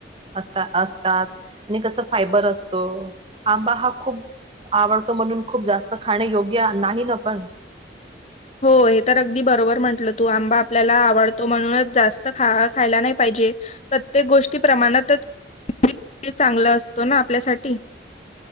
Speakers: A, on the right; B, on the left.
A: असता असतात आणि कसं फायबर असतो आंबा हा खूप आवडतो म्हणून खूप जास्त खाणे योग्य नाही ना पण.
B: हो हे तर अगदी बरोबर म्हणटलं तू आंबा आपल्याला आवडतो म्हणूनच जास्त ख खायला नाही पाहिजे. प्रत्येक गोष्टी प्रमाणातच चांगला असतो ना आपल्यासाठी.